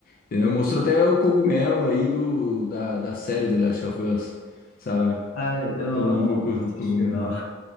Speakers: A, on the left; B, on the left.
A: Entendeu? Mostrou até o cogumelo aí do, da, da série The Last of Us, sabe?
B: Ah, eu não,
A: Falando
B: eu não
A: um pouco do
B: assisti,
A: cogumelo.
B: não.